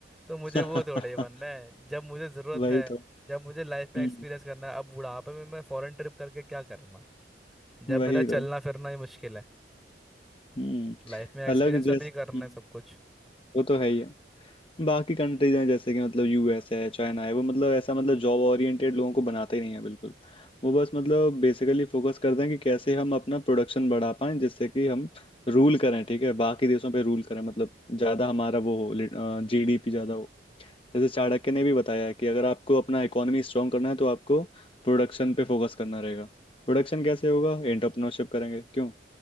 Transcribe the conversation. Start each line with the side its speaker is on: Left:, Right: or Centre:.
Centre: तो मुझे
Left: <laughs>
Centre: वो थोड़े बनना है जब मुझे ज़रूरत
Left: वही
Centre: है
Left: तो
Centre: जब मुझे लाइफ में
Left: हम्म
Centre: एक्सपीरियंस करना है अब बुढ़ापे में मैं फॉरेन ट्रिप करके क्या करूँगा जब
Left: वही
Centre: मेरा चलना
Left: तो
Centre: फिरना ही मुश्किल है
Left: हम्म
Centre: लाइफ में एक्सपीरियंस
Left: अलग
Centre: अभी
Left: जैसे
Centre: करना
Left: हम्म,
Centre: है सब कुछ
Left: वो तो है ही है बाकी कंट्रीज हैं जैसे कि मतलब यूएस है चाइना है वो मतलब ऐसा मतलब जॉब ओरिएंटेड लोगों को बनाते ही नहीं है बिल्कुल वो बस मतलब बेसिकली फोकस करते हैं कि कैसे हम अपना प्रोडक्शन बढ़ा पाएं जिससे कि हम रूल करें ठीक है बाकी देशों पे रूल करें मतलब ज़्यादा हमारा वो हो जीडीपी ज़्यादा हो जैसे चाणक्य ने भी बताया है कि अगर आपको अपना इकोनॉमी स्ट्रांग करना है तो आपको प्रोडक्शन पे फोकस करना रहेगा प्रोडक्शन कैसे होगा एंटरप्रेन्योरशिप करेंगे क्यों